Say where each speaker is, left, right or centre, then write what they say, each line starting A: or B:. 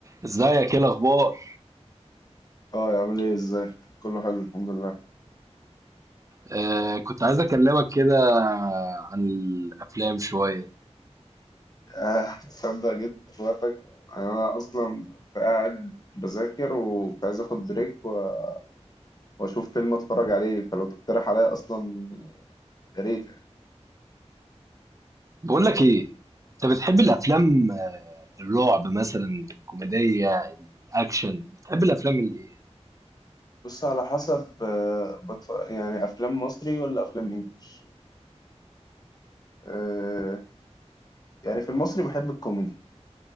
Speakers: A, on the right; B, on the left.
A: ازيك ايه الاخبار
B: اه يا عامل ايه ازاي كله حلو الحمد لله
A: آه كنت عايز اكلمك كده عن الافلام شويه
B: آه تصدق جيت في وقتك يعني انا اصلا كنت قاعد بذاكر وكنت عايز اخد بريك و- واشوف فيلم اتفرج عليه فلو تقترح عليا اصلا يا ريت يعني
A: بقول لك ايه انت بتحب الافلام آه الرعب مثلا الكوميديه الاكشن بتحب الافلام اللي ايه
B: بص على حسب آه بتف... يعني افلام مصري ولا افلام انجليش آه يعني في المصري بحب الكوميدي